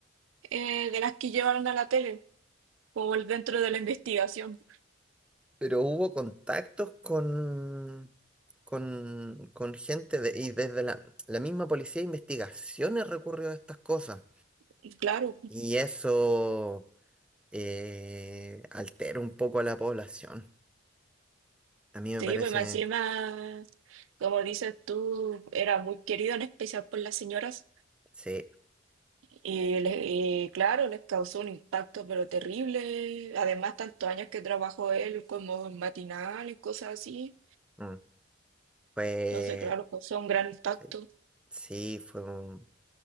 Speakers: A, on the right; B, in the centre.
A: eh, de las que llevaron a la tele, como el dentro de la investigación.
B: Pero hubo contactos con, con, con gente de- y desde la, la misma policía de investigaciones recurrió a estas cosas.
A: Y Claro,
B: Y eso eh, altera un poco a la población. A mí me
A: sí,
B: parece,
A: pues más encima, como dices tú, era muy querido, en especial por las señoras.
B: sí,
A: Y, le- y claro, les causó un impacto, pero terrible. Además, tantos años que trabajó él como en matinal y cosas así.
B: mm, fue,
A: Entonces, claro, causó un gran impacto.
B: sí, sí, fue un-